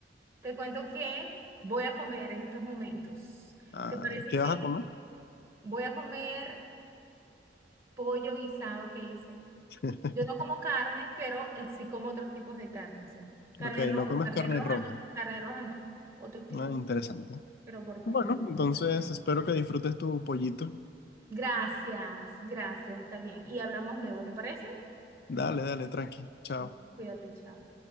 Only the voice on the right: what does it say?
te cuento que voy a comer en estos momentos.
¿Te parece
si
voy a comer pollo guisado que hice?
Yo no como carne, pero eh, sí como otros tipos de carne, o sea, carne
roja,
carne
roja
no, carne roja no, otros tipos,
pero por cuestión
de alimentación.
Gracias, gracias, está bien. Y hablamos luego, ¿te parece?
Bueno, Cuídate, chao.